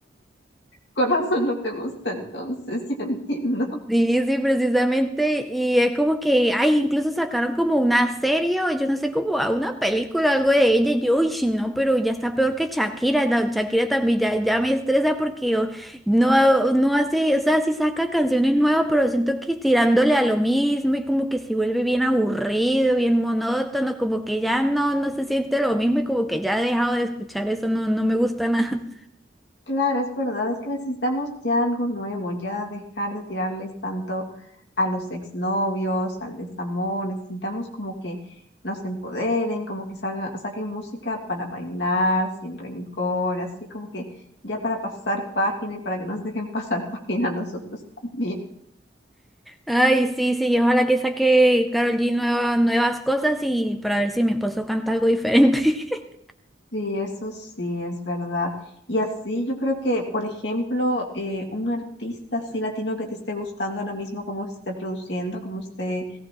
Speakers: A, on the left; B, in the centre.
A: Corazón no te gusta, entonces <laughs> ya entiendo.
B: Sí, sí, precisamente. Y es como que, ay, incluso sacaron como una serie o yo no sé, como a una película, algo de ella. Y yo, uy, sí, no, pero ya está peor que Shakira. la Shakira también ya, ya me estresa porque oh, no, no hace, o sea, sí saca canciones nuevas, pero siento que tirándole a lo mismo y como que se vuelve bien aburrido, bien monótono, como que ya no, no se siente lo mismo y como que ya he dejado de escuchar eso, no, no me gusta nada.
A: Claro, es verdad, es que necesitamos ya algo nuevo, ya dejar de tirarles tanto a los exnovios, al desamor, necesitamos como que nos empoderen, como que salga- saquen música para bailar sin rencor, así como que ya para pasar página y para que nos dejen pasar <laughs> página a nosotros también.
B: Ay, sí, sí, y ojalá que saque Karol G nueva- nuevas cosas y para ver si mi esposo canta algo diferente. <laughs>
A: Sí, eso sí es verdad. Y así yo creo que, por ejemplo, eh, un artista así latino que te esté gustando ahora mismo, cómo esté produciendo, cómo esté